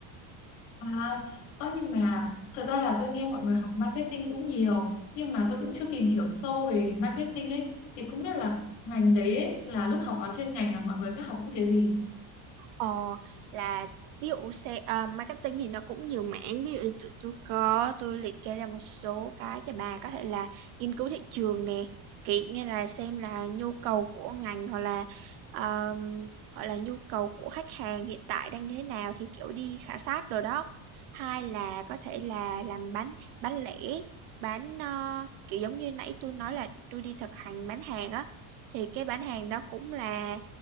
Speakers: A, on the left; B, on the right.
A: à ơ nhưng mà thật ra là tôi nghe mọi người học marketing cũng nhiều nhưng mà tôi cũng chưa tìm hiểu sâu về marketing ấy thì không biết là ngành đấy ấy, là lúc học vào chuyên ngành là mọi người sẽ học những cái gì
B: Ờ, là ví dụ sale à, marketing thì nó cũng nhiều mảng, ví dụ như tụi tôi có tôi liệt kê ra một số cái cho bà có thể là nghiên cứu thị trường nè, kiểu như là xem là nhu cầu của ngành hoặc là um, gọi là nhu cầu của khách hàng hiện tại đang như thế nào thì kiểu đi khảo sát rồi đó. Hai là có thể là làm bán bán lẻ, bán ờ, kiểu giống như nãy tôi nói là tôi đi thực hành bán hàng á thì cái bán hàng đó cũng là